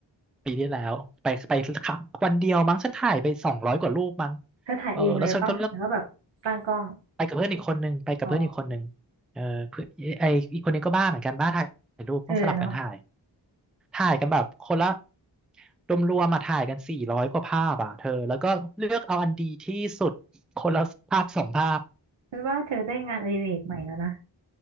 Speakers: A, in the centre; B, on the right (about 80°).
A: ปีที่แล้วไปไปครั้งวันเดียวมั้งฉันถ่ายไปสองร้อยกว่ารูปมั้ง
B: เธอถ่ายเองเลยป่ะแล้วก็แบบตั้งกล้อง
A: เออแล้วฉันก็เลือกไปกับเพื่อนอีกคนนึงไปกับเพื่อนอีกคนนึง
B: อ๋อ
A: เออเพื่อนไออีกคนนี้ก็บ้าเหมือนกันบ้าถ่ายรูปต้องสลับกันถ่าย
B: เออเนาะ
A: ถ่ายกันแบบคนละรวมรวมมาถ่ายกันสี่ร้อยกว่าภาพอ่ะเธอแล้วก็เลือกเอาอันดีที่สุดคนละภาพสองภาพ
B: ฉันว่าเธอได้งานอดิเรกใหม่แล้วนะ